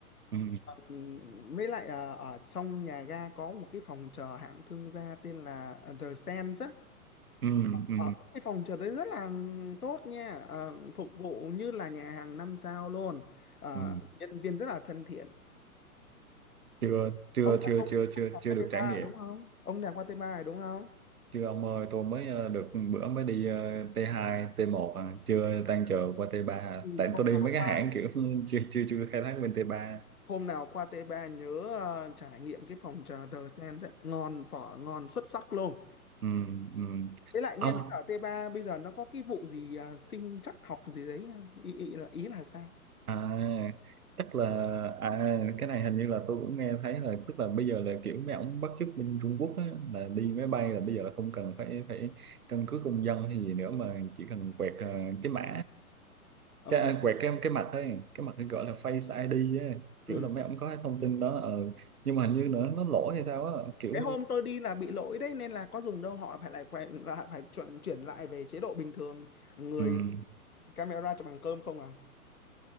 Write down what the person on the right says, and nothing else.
Ừ.
Ừ. Ừ.
Ừ.
chưa chưa
chưa
chưa chưa
chưa
được
trải nghiệm
Chưa ông ơi, tôi mới ờ, được bữa mới đi ờ, t hai t một à, chưa tan chờ qua t ba à.
Tại
tôi đi
mấy cái
hãng kiểu <laughs> chưa chưa chưa khai thác bên t ba
Ừ, ừ.
Ông
à chắc là à cái này hình như là tôi cũng nghe thấy là tức là bây giờ là kiểu mấy ổng bắt chước bên Trung Quốc á, là đi máy bay là bây giờ là không cần phải phải căn cước công dân hay gì nữa mà chỉ cần quẹt ờ, cái mã
cái à, quẹt cái cái mặt ấy cái mặt ấy gọi là Face ID ấy. kiểu
là mấy ông có cái thông tin đó ờ nhưng mà hình như nữa nó lỗi hay sao á kiểu
ừm,